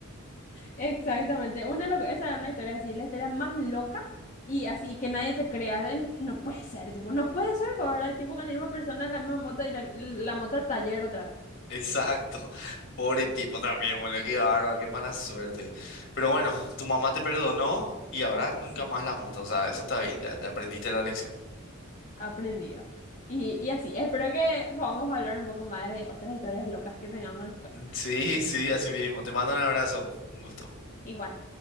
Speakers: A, on the left (about 40°); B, on the left (about 60°).
A: Exactamente, una loca, esa es una historia así, la historia más loca y así que nadie te crea, de mí, no puede ser, tipo, no puede ser, ¿verdad? Tipo con la misma persona, la misma moto y la, la moto al taller otra vez,
B: Exacto, <laughs> pobre tipo también, boludo, qué bárbaro, qué mala suerte. Pero bueno, tu mamá te perdonó y ahora nunca
A: Sí.
B: más la moto, o sea, eso está bien, ya, ya aprendiste la lección.
A: aprendido. Y, y así, espero que podamos hablar un poco más de otras historias locas que tengamos después.
B: Sí, sí, así mismo. Te mando un abrazo, un gusto.
A: Igual.